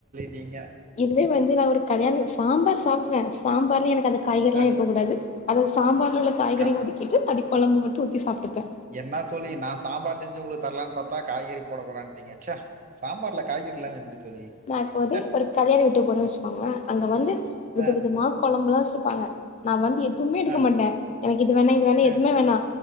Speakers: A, on the right; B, on the left.
A: நீங்க
B: இதுவே வந்து நான் ஒரு கல்யாணோ சாம்பார் சாப்டுவே சாம்பார்ல எனக்கு அந்த காய்கறில்லா
A: அஹ்,
B: இருக்கக்கூடாது அதுவு சாம்பார் ல உள்ள காய்கறி
A: கா-
B: ஒதிக்கிட்டு அப்டி கொழம்பு மட்டு ஊத்தி சாப்டுப்பே
A: என்னா தோழி நா சாம்பார் செஞ்சி உங்களுக்கு தரலான் பாத்தா காய்கறி போடகூடாதுன்டீங்க சே சாம்பார்ல காய்கறி இல்லாம எப்டி தோழி
B: நா இப்போது
A: ச்சே
B: ஒரு கல்யாண வீட்டுக்கு போறேன்னு வச்சுக்கோங்களே அங்க வந்து வித
A: அஹ்,
B: விதமா கொழம்புல்லா வச்சிருப்பாங்க நா வந்து எதுமே எடுக்க
A: அஹ்,
B: மாட்டே எனக்கு இது வேணா இது வேணா எதுமே
A: அஹ்.
B: வேணா